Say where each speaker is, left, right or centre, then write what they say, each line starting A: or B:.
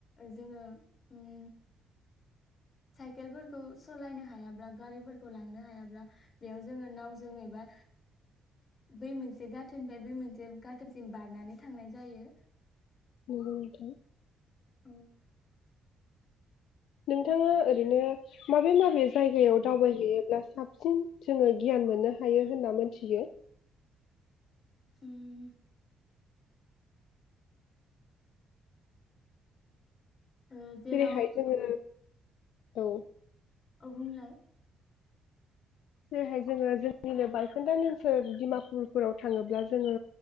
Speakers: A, on the left; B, on the left.
A: जोङो उम साइकेलफोरखौ सलायनो हायाब्ला गारिफोरखौ लांनो हायाब्ला बेयाव जोङो नावजों एबा बै मोनसे गाथोननिफ्राय बै मोनसे गाथोनसिम बारनानै थांनाय जायो।
B: नंगौ नोंथां
A: उम
B: नोंथाङा ओरैनो माबे माबे जायगायाव दावबायहैयोब्ला साबसिन जोङो गियान मोननो हायो होनना मोनथियो?
A: होम ओ जेराव
B: जेरैहाय जोङो
A: ओ
B: औ
A: औ बुंलाय।
B: जेरैहाय जोङो जोंनिनो बायखोन्दानि ओनसोल दिडिमापुरफोराव थाङोब्ला जोङो